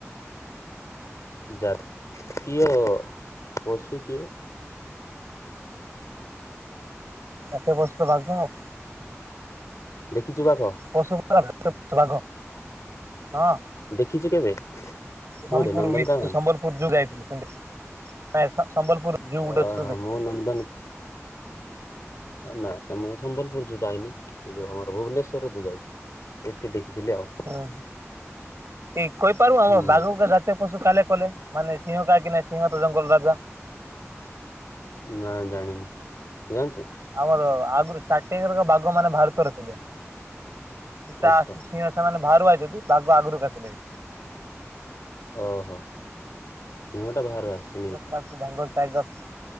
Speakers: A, on the left; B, on the right.
A: ଜାତୀୟ ପଶୁ କିଏ?
B: ଜାତୀୟ ପଶୁ ତ ବାଘ ଆଉ।
A: ଦେଖିଛୁ ବାଘ?
B: ପଶୁ <unintelligible> ବାଘ। ହଁ।
A: ଦେଖିଛୁ କେବେ କୋଉଠି
B: ସମପୁର
A: ନନ୍ଦନକାନନ
B: ବି ସମ୍ବଲପୁର ଯୋଉ ଯାଇଥିଲି ସେମତି। ନାଇଁ ସମ୍ବଲପୁର ଯୁ
A: ଅ
B: ଗୁଡା ସବୁ ଦେଖି
A: ମୁଁ
B: ଦେଇଛି।
A: ନନ୍ଦନ ନା ମୁଁ ସମ୍ବଲପୁର ଯୋଉ ଯଇନି, ଏ ଯୋଉ ଆମର ଭୁବନେଶ ର ଯୁ ଯାଇଛି ସେଠି ଦେଖିଥିଲି ଆଉ।
B: ହୁଁ ଏ କହିପାରୁ ଆମ
A: ହୁଁ
B: ବାଘ କୁ କାହିଁ ଜା ଜାତୀୟ ପଶୁ ତାଲେ କଲେ ମାନେ ସିଂହ କାହିଁକି ନାଇଁ ସିଂହ ତ ଜଙ୍ଗଲ ରାଜା?
A: ନା ଜାଣିନି, ଜାଣିଛୁ?
B: ଆମର ଆଗରୁ ସାଟି ଏଅର ବାଘ ମାନେ ଭାରତର ଥିଲେ। ସେ ତା
A: ଆଚ୍ଛା
B: ଆସି ସିଂହ ସେମାନେ ବାହାରୁ ଆଇଛନ୍ତି। ବାଘ ଆଗରୁ ବେସ୍ ଥିଲେ।
A: ଓହୋ ସିଂହଟା ବାହାରୁ ଆସିଛି।
B: <unintelligible> ବେଙ୍ଗଲ ଟାଇଗର।